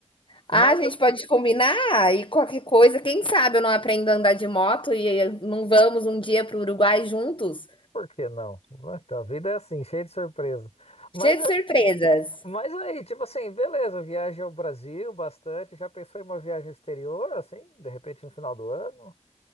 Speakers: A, on the left (about 60°); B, on the left (about 45°).
A: Mas
B: Ah, a gente pode combinar e qualquer coisa, quem sabe eu não aprendo a andar de moto e não vamos um dia para o Uruguai juntos?
A: Por que não? Então, A vida é assim, cheia de surpresa. Mas,
B: Cheio de surpresas.
A: mas aí, tipo assim, beleza, viagem ao Brasil bastante. Já pensou em uma viagem ao exterior, assim, de repente no final do ano?